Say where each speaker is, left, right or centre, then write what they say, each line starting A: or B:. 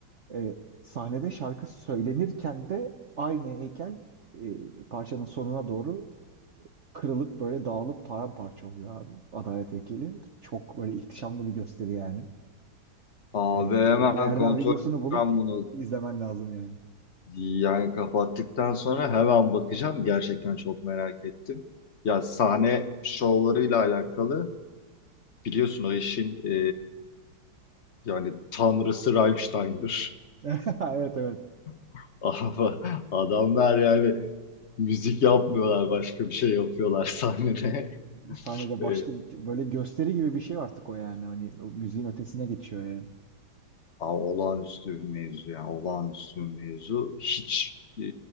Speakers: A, on the right; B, on the left.
A: E, sahnede şarkı söylenirken de aynı heykel e, parçanın sonuna doğru kırılıp böyle dağılıp paramparça oluyor abi. Adalet heykeli. Çok böyle ihtişamlı bir gösteri yani.
B: Abi
A: E,
B: hemen
A: bir yerden
B: kontrol
A: videosunu
B: edeceğim
A: bulup
B: bunu.
A: izlemen lazım yani.
B: Yani kapattıktan sonra hemen bakacağım. Gerçekten çok merak ettim. Ya sahne şovlarıyla alakalı biliyorsun o işin e, yani tanrısı Rammstein'dir.
A: <laughs> Evet evet.
B: <laughs> Ama adamlar yani müzik yapmıyorlar başka bir şey yapıyorlar sahnede.
A: Sahnede
B: <laughs> E,
A: başka bir böyle gösteri gibi bir şey artık o yani. Hani o müziğin ötesine geçiyor yani.
B: a- olağanüstü bir mevzu yani olağanüstü bir mevzu. Hiç e,